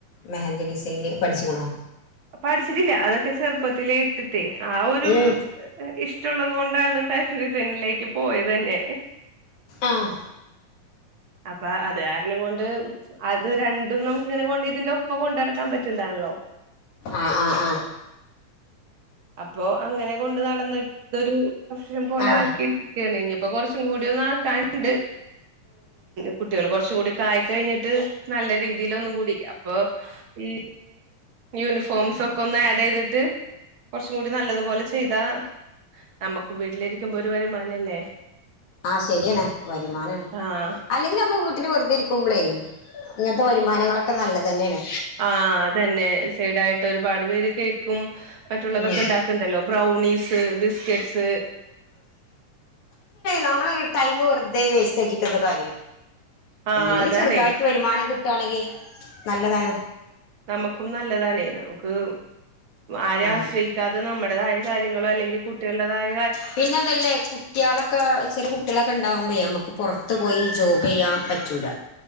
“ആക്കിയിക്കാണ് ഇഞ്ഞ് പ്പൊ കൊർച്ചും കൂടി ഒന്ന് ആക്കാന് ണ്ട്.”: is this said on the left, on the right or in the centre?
Right